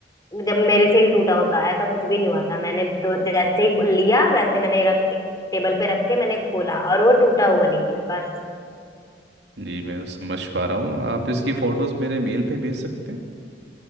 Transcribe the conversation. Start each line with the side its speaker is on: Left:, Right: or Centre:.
Left: जब मेरे से ही टूटा होता ऐसा कुछ भी नहीं हुआ था मैंने तो जैसे ही लिया वैसे मैंने रख के टेबल पे रख के मैंने खोला और वो टूटा हुआ निकला बस
Right: जी मैं समझ पा रहा हूँ आप इसकी फ़ोटोज़ मेरे मेल पे भेज सकते हैं